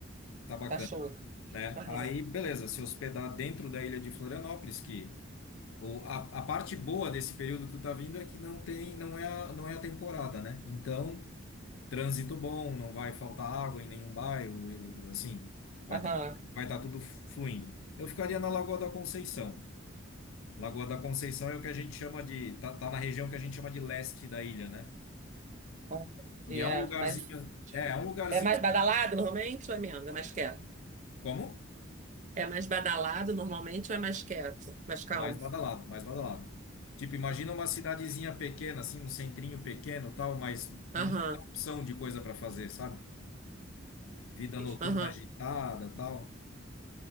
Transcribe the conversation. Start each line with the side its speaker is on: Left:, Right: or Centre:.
Left: tá bacana,
Right: tá show.
Left: né?
Right: Aham,
Left: Aí, beleza, se hospedar dentro da ilha de Florianópolis, que o, a, a parte boa desse período que tu tá vindo é que não tem, não é, a- não é a temporada, né? Então, trânsito bom, não vai faltar água em nenhum bairro, e- assim, vai
Right: aham.
Left: tá, vai tá tudo fluindo. Eu ficaria na Lagoa da Conceição. Lagoa da Conceição é o que a gente chama de. Tá, tá na região que a gente chama de leste da ilha, né?
Right: aham.
Left: E
Right: E
Left: é
Right: é
Left: um Ah, lugarzinho.
Right: mais,
Left: É, é um lugarzinho.
Right: é mais badalado normalmente ou é menos? É mais quieto.
Left: Como?
Right: É mais badalado normalmente ou é mais quieto? Mais calmo?
Left: É mais badalado, mais badalado. Tipo, imagina uma cidadezinha pequena, assim, um centrinho pequeno, tal, mas
Right: Aham,
Left: muita opção de coisa para fazer, sabe? Vida noturna
Right: aham.
Left: agitada, tal.